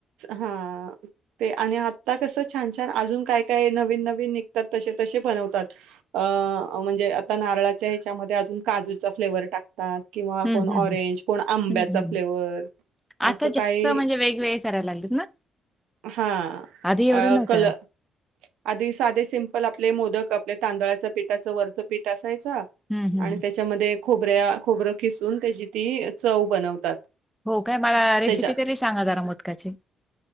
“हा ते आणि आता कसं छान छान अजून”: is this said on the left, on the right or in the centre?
Right